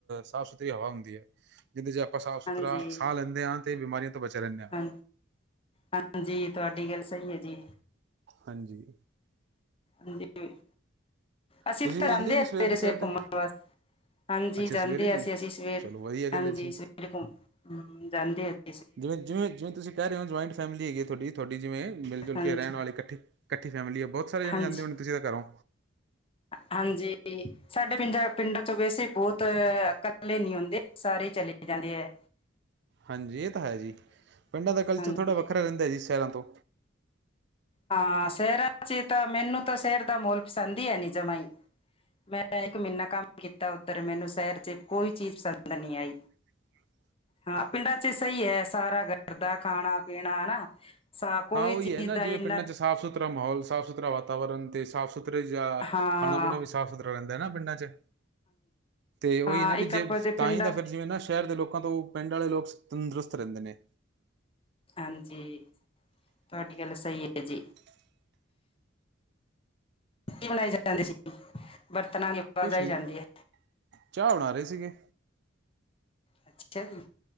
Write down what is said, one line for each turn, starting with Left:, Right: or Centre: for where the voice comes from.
Right: ਸਾਫ਼ ਸੁਥਰੀ ਹਵਾ ਹੁੰਦੀ ਏ। ਜਿਨਦੇ ਚ ਆਪਾਂ ਸਾਫ਼ ਸੁਥਰਾ
Left: ਹਾਂਜੀ
Right: ਸਾਹ ਲੈਂਦੇ ਆ ਤੇ ਬਿਮਾਰੀਆਂ ਤੋਂ ਬਚੇ ਰੇਨੇ ਆ।
Left: ਹਾਂ ਹਾਂਜੀ ਤੁਆਡੀ ਗੱਲ ਸਈ ਏ ਜੀ।
Right: ਹਾਂਜੀ
Left: ਹਾਂਜੀ, ਅਸੀਂ
Right: ਤੁਸੀਂ
Left: ਤਾਂ
Right: ਵੀ
Left: ਜਾਂਦੇ
Right: ਹੋ ਜੀ
Left: ਆ ਸਵੇਰੇ-ਸਵੇਰੇ
Right: ਸਵੇਰ ਦੀ ਸੈਰ ਤੇ
Left: ਘੁੰਮਣ ਵਾਸ ਹਾਂਜੀ
Right: ਅੱਛਾ
Left: ਜਾਂਦੇ
Right: ਸਵੇਰੇ
Left: ਅ
Right: ਜੀ
Left: ਅਸੀਂ ਅਸੀਂ ਸਵੇਰ
Right: ਚਲੋ ਵਧੀਆ ਗੱਲ
Left: ਹਾਂਜੀ
Right: ਹੈ ਜੀ
Left: ਸਵੇਰੇ ਘੁੰਮ ਹੁ ਜਾਂਦੇ ਅ
Right: ਜਿਵੇਂ, ਜਿਵੇਂ, ਜਿਵੇ ਤੁਸੀਂ ਕਹਿ ਰਏ ਓ ਜੁਆਇੰਟ ਫੈਮਿਲੀ ਹੈਗੀ ਏ ਤੁਹਾਡੀ, ਤੁਹਾਡੀ ਜਿਵੇਂ ਮਿਲ ਜੁਲ
Left: ਹਾਂਜੀ
Right: ਕੇ ਰਹਿਣ ਵਾਲੀ ਕੱਠੇ ਕੱਠੀ ਫੈਮਲੀ ਏ, ਬੋਤ ਸਾਰੇ ਜਣੇ
Left: ਹਾਂਜੀ
Right: ਜਾਂਦੇ ਹੋਣੇ ਤੁਸੀਂ ਤੇ ਘਰੋਂ?
Left: ਹਾਂਜੀ ਸਾਡੇ ਪਿੰਡਾਂ, ਪਿੰਡਾਂ ਚੋਂ ਵੈਸੇ ਬੋਤ ਘ ਕਲੇ ਨੀ ਹੁੰਦੇ ਸਾਰੇ ਈ ਚਲੇ ਜਾਂਦੇ ਏ।
Right: ਹਾਂਜੀ ਏ ਤਾ ਹੈ ਜੀ ਪਿੰਡਾਂ ਦਾ ਕਲਚਰ
Left: ਹਾਂਜੀ
Right: ਥੋੜ੍ਹਾ ਵੱਖਰਾ ਰੇਂਦਾ ਜੀ ਸ਼ਹਿਰਾਂ ਤੋਂ
Left: ਹਾਂ ਸ਼ਹਿਰਾਂ ਚ ਤਾਂ ਮੈਨੂੰ ਤਾਂ ਸ਼ਹਿਰ ਦਾ ਮਹੋਲ ਪਸੰਦ ਹੀ ਹੈ ਨੀ ਜਮਾ ਹੀ ਮੈਂ ਇੱਕ ਮਹੀਨਾ ਕੰਮ ਕੀਤਾ ਉੱਧਰ ਮੈਨੂੰ ਸ਼ਹਿਰ ਚ ਕੋਈ ਚੀਜ਼ ਪਸੰਦ ਨੀ ਆਈ
Right: <unintelligible>
Left: ਹਾਂ ਪਿੰਡਾਂ ਚ ਸਹੀ ਹੈ ਸਾਰਾ ਗਰਦਾ ਖਾਣਾ ਪੀਣਾ ਹਨਾ ਸਾ ਕੋਈ
Right: ਹਾਂ ਉਹੀ
Left: ਚੀਜ਼
Right: ਹੈ ਨਾ
Left: ਦਾ
Right: ਜਿਵੇਂ
Left: ਹੀ
Right: ਪਿੰਡਾਂ ਚ ਸਾਫ਼ ਸੁਥਰਾ ਮਾਹੌਲ ਸਾਫ਼ ਸੁਥਰਾ ਵਾਤਾਵਰਨ ਤੇ ਸਾਫ਼ ਸੁਥਰੇ ਜਾਂ
Left: ਹਾਂ
Right: ਖਾਣਾ ਪੀਣਾ ਵੀ ਸਾਫ਼ ਸੁਥਰਾ ਰਹਿੰਦਾ ਹੈ ਨਾ ਪਿੰਡਾਂ ਚ ਤੇ ਉਹੀ
Left: ਹਾਂ
Right: ਹੈ ਨਾ ਵੀ
Left: ਇੱਕ ਆਪਾਂ
Right: ਜੇ
Left: ਦੇ
Right: ਤਾਂ
Left: ਪਿੰਡਾਂ
Right: ਹੀ ਤਾਂ ਫਿਰ ਜਿਵੇਂ ਨਾ ਸ਼ਹਿਰ ਦੇ ਲੋਕਾਂ ਤੋਂ ਪਿੰਡ ਵਾਲੇ ਲੋਕ ਤੰਦਰੁਸਤ ਰਹਿੰਦੇ ਨੇ
Left: ਹਾਂਜੀ ਤੁਹਾਡੀ ਗੱਲ ਸਹੀ ਹੈ ਜੀ ਕੀ ਬਣਾਈ ਜਾਂਦੇ ਸੀ ਬਰਤਨਾਂ ਦੀ ਆਵਾਜ਼
Right: ਕੁਛ
Left: ਆਈ
Right: ਨਹੀਂ
Left: ਜਾਂਦੀ ਹੈ
Right: ਚਾਹ ਬਣਾ ਰਹੇ ਸੀਗੇ
Left: ਠੀਕ ਹੈ ਜੀ